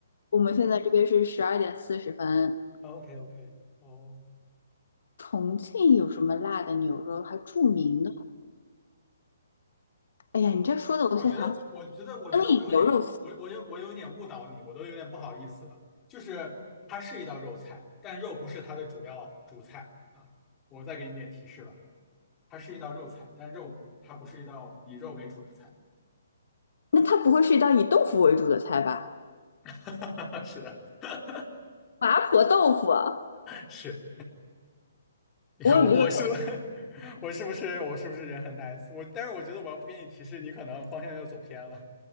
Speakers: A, on the left; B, on the left.
A: 我们现在这边是十二点四十分。
B: 哦，OK OK，哦，
A: 重庆有什么辣的牛肉还著名的？哎呀，你这说的，我现在想起
B: 我觉得，我觉得，我觉得我有点误，
A: 灯影牛肉丝，
B: 我我有我有点误导你，我都有点不好意思了。就是它是一道肉菜，但肉不是它的主要主菜啊。我再给你点提示吧，它是一道肉菜，但肉它不是一道以肉为主的菜。
A: 那它不会是一道以豆腐为主的菜吧？
B: <laughs> 是的，<laughs>
A: 麻婆豆腐啊，
B: 是。你看我我是不
A: 我有一个。
B: <laughs> 我是不是我是不是人很 nice？我但是我觉得我要不给你提示，你可能方向就走偏了。